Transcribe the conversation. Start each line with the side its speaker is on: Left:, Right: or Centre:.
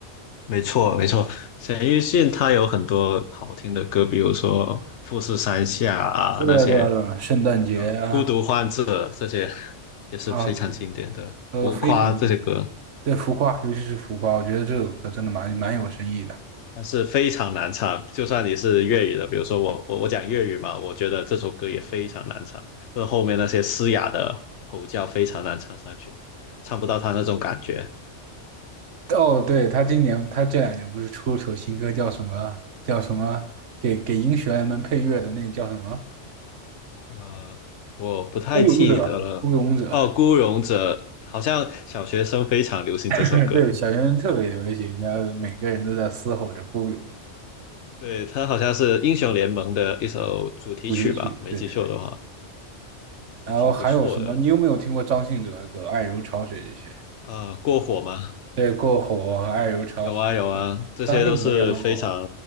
Left: 没错没错。陈奕迅他有很多好听的歌，比如说《富士山下》啊那些
Right: 对啊对啊对啊圣诞节啊，
Left: 啊，《孤独患者》这些也是非常经典的，
Right: 啊，对，都非常经典
Left: 《浮夸》这些歌。
Right: 对浮夸，尤其是浮夸，我觉得这首歌真的蛮蛮有深意的。
Left: 但是非常难唱。就算你是粤语的，比如说我我我讲粤语嘛，我觉得这首歌也非常难唱，就是后面那些嘶哑的吼叫非常难唱上去，唱不到他那种感觉。
Right: 哦，对，他今年他这两年不是出了首新歌，叫什么？叫什么？给给英雄们配乐的那叫什么？
Left: 呃，我不太记得了。
Right: 孤勇者，孤勇者。
Left: 哦，《孤勇者》好像小学生非常流行这首歌，
Right: <laughs> 对，小学生特别流行，然后每个人都在嘶吼着孤勇
Left: 对，它好像是英雄联盟的一首主题曲吧，
Right: 主题曲。
Left: 没记错的话，
Right: 对对对。然后还有什么？
Left: 还挺不错的。
Right: 你有没有听过张信哲的歌《爱如潮水》这些？
Left: 呃，过火吗？
Right: 对，过火和爱如潮水，
Left: 有啊有啊，这些都是非常
Right: 张信哲也很火